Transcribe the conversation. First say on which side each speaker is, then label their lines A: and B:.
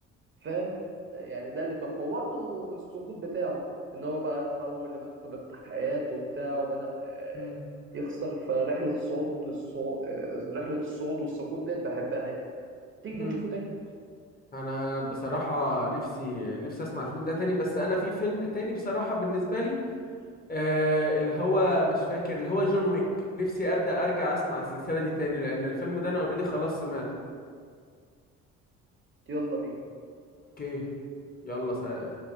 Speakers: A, on the right; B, on the left.
A: فاهم يعني ده اللي تحفة وبرضه السقوط بتاعه ان هو بقى اتحول لمكتب التحقيقات وبتاع وبدأ آه،
B: مم.
A: يخسر فرحلة الصعود الصعود رحلة الصعود والسقوط ديت بحبها يعني تيجي
B: مم.
A: نشوفه تاني
B: انا بصراحة نفسي نفسي اسمع الفيلم ده تاني بس انا في فيلم تاني بصراحة بالنسبة لي آه اللي هو مش فاكر اللي هو جون ويك نفسي ابدأ ارجع اسمع السلسلة دي تاني لان الفيلم ده انا اوريدي خلاص سمعته
A: يلا بينا
B: اوكي يلا سلام